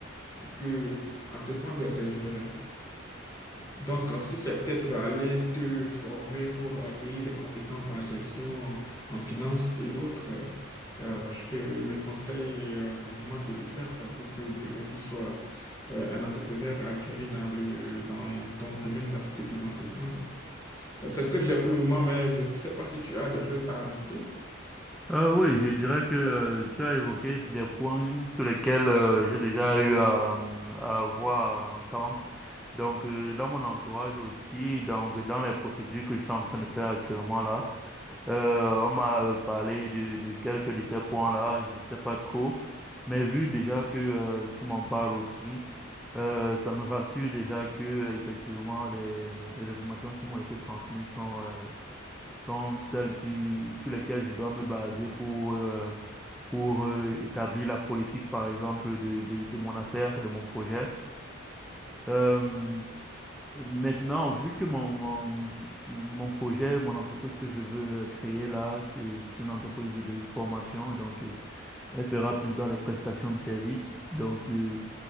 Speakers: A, on the left; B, in the centre.
A: parce que entreprendre, c'est gérer. Donc, si c'est peut-être aller te former pour acquérir des compétences en gestion, en finance et autres, euh, je te le conseille euh, vivement de le faire pour que demain tu sois euh, un entrepreneur acquérir dans le, dans ton domaine, dans ce que tu veux entreprendre. C'est ce que j'ai pour le moment, mais je ne sais pas si tu as des choses à ajouter.
B: Euh, oui, je dirais que euh, tu as évoqué des points sur lesquels euh, j'ai déjà eu à, à avoir, à entendre. Donc, euh, dans mon entourage aussi, donc dans les procédures que je suis en train de faire actuellement là. Euh, on m'a euh, parlé de, de quelques de ces points-là, je sais pas trop, mais vu déjà que euh, tu m'en parles aussi, euh, ça me rassure déjà que euh, effectivement les, les informations qui m'ont été transmises sont euh, sont celles qui sur lesquelles je dois me baser pour euh, pour euh, établir la politique par exemple de, de de mon affaire, de mon projet. Euh, Maintenant, vu que mon, mon, mon projet, mon entreprise que je veux euh, créer là, c'est une entreprise de formation, donc euh, elle fera plus dans les prestations de services. Donc, euh,